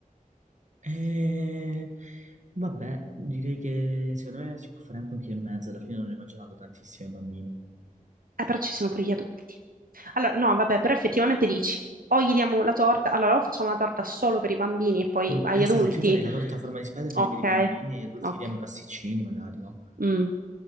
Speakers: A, on the right; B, on the right.
A: Eh, vabbè, direi che secondo me si può fare anche un chilo e mezzo, alla fine non ne mangeranno tantissimi i bambini.
B: Eh, però ci sono pure gli adulti. Allora, no, vabbè, però effettivamente dici, o gli diamo la torta, allora o facciamo la torta solo per i bambini e poi
A: Mm,
B: agli
A: Esatto,
B: adulti.
A: io farei la torta a forma di Spider-Man
B: Ok,
A: per i bambini e gli adulti
B: ok.
A: gli diamo i pasticcini magari, no?
B: Mm.